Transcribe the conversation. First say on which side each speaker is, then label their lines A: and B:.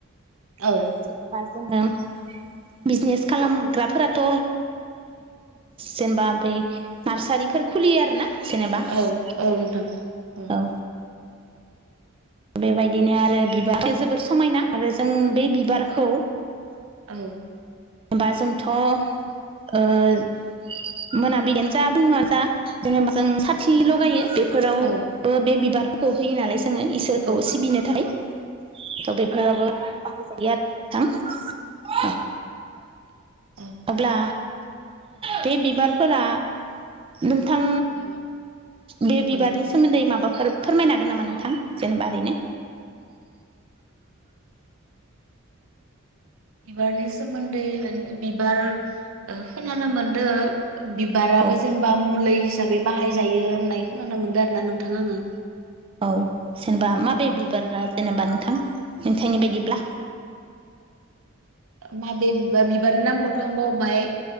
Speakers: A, on the right; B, on the right.
A: औ
B: <inaudible> जोङो बिजनेस खालामग्राफोराथ' जेनेबा बै नार्सारिफोर खुलियो आरो ना। जेनेबा औ
A: औ नोंथां औ
B: बेबायदिनो आरो बिबार जोबोर समायना आरो जों बे बिबारखौ
A: औ
B: जेनेबा जोंथ' मोनाबिलियानो जा बुङनो जा जेनेबा जों साथि लगायो बे फोरावबो
A: औ
B: बे बिबारखौ होयो नालाय जोङो इसोरखौ
A: औ
B: सिबिनोथाय थ' बेफोराबो बाहायजायो आरो नोंथां
A: औ
B: अब्ला बे बिबारफोरा नोंथां
A: औ
B: बे बिबारनि
A: औ
B: सोमोन्दै माबा फोरमायनो हागोन नामा नोंथां जेनेबा ओरैनो
A: बिबारनि सोमोन्दै बिबार खोनानो मोनदों बिबाराबो
B: औ
A: जेनेबा मुलि हिसाबै बाहायजायो होननाय खोनानो मोनदों आरो ना नोंथाङा आङो
B: औ जेनेबा माबे
A: ओ
B: बिबारा जेनेबा नोंथां नोंथांनि बायदिब्ला
A: माबे बिबारनि नामखौथ' आं बावबाय।